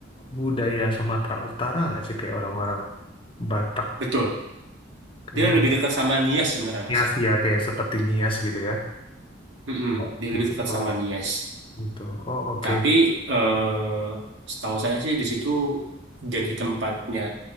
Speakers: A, on the left; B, on the right.
A: budaya Sumatera Utara nggak sih? Kayak orang-orang Batak,
B: Betul.
A: ini
B: Dia lebih dekat sama Nias sebenarnya
A: Nias
B: Mas.
A: ya, kayak seperti Nias gitu ya.
B: Mm-mm.
A: Oh,
B: Dia
A: gitu.
B: lebih dekat sama Nias.
A: Gitu. Oh, oke.
B: Tapi eh, setahu saya sih di situ jadi tempatnya